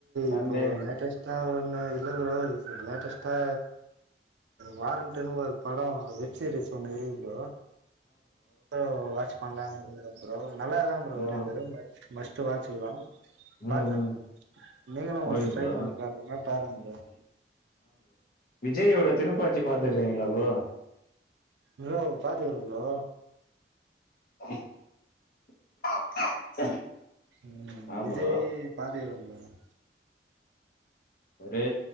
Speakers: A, on the left; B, on the right.
A: சண்டே
B: இப்போ லேட்டஷ்டா ஒண்ணு இல்ல ப்ரோ லேட்டஸ்டா வாரண்டன்னு ஒரு படம் வெப் சீரிஸ் ஒண்ணு இருக்கு ப்ரோ ப்ரோ வாட்ச் பண்ணலான்னு இருக்க ப்ரோ நல்ல தான் ப்ரோ
A: ஆ
B: இருக்குது மஸ்ட் வாட்சதான்
A: ம்
B: பார்த்தேன்
A: ம்
B: நீங்களும்
A: ஓகே
B: ட்ரை
A: ப்ரோ
B: பண்ணி பாக்கிறதுனா பாருங்க ப்ரோ
A: விஜய்யோட திருப்பாச்சி பாத்துக்கீங்களா அ ப்ரோ
B: ப்ரோ பாத்துகுற ப்ரோ
A: <inaudible> <inaudible> <inaudible>
B: உம்
A: ஆமா
B: விஜய்
A: ப்ரோ
B: பத்துக்குற ஆஹ்
A: ஒரு